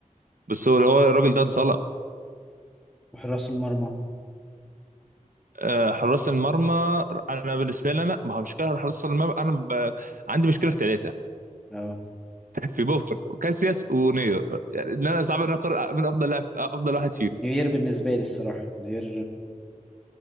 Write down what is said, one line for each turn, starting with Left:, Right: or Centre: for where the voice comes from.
Right: بس هو هو الراجل ده اتظلم
Centre: وحراس المرمى
Right: آه، حراس المرمى انا بالنسبه لي انا ما هو مشكله حراس المرمى انا ب... عندي مشكله في ثلاثه
Centre: اهو
Right: في بوفر وكاسياس ونير يعني ان انا صعب ان أنا اقرر من افضل لاعب افضل واحد فيهم
Centre: نوير بالنسبة لي الصراحة نوير